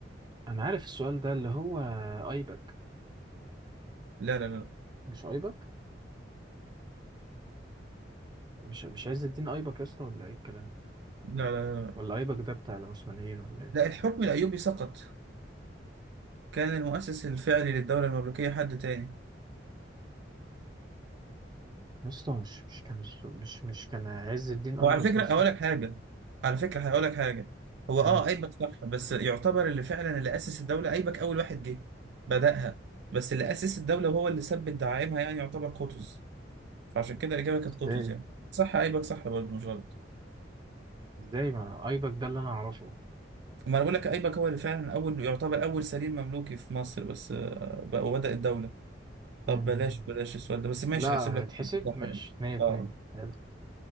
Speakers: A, on the right (about 25°); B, on the right (about 65°).
A: أنا عارف السؤال ده اللي هو أيبك
B: لا لا لا
A: مش أيبك مش مش عايز الدين أيبك يا اسطى ولا إيه الكلام
B: لا لا لا, لا.
A: ولا أيبك ده بتاع العثمانيين ولا إيه
B: لا الحكم الايوبي سقط كان المؤسس الفعلي للدولة المملوكية حد تاني
A: يا اسطى مش مش كان مش مش كان عز الدين أيبك
B: وعلى فكرة
A: يا اسطى
B: هقول لك حاجة على فكرة هقول لك حاجة هو
A: يا.
B: اه ايبك صح بس يعتبر اللي فعلا اللي أسس الدولة ايبك أول واحد جه بدأها بس اللي أسس الدولة وهو اللي ثبت دعائمها يعني يعتبر قطز فعشان كده الإجابة كانت قطز
A: ازاي
B: يعني صح ايبك صح برضه مش غلط
A: ازاي ما ايبك ده اللي انا اعرفه
B: ما انا بقول لك ايبك هو اللي فعلا اول يعتبر اول سليم مملوكي في مصر بس آه، بقى- وبدأ الدولة طب
A: مم.
B: بلاش بلاش السؤال ده بس ماشي
A: لا
B: نحسب لك
A: هيتحسب
B: صح
A: مش
B: يعني
A: اتنين اتنين
B: اه
A: حلو.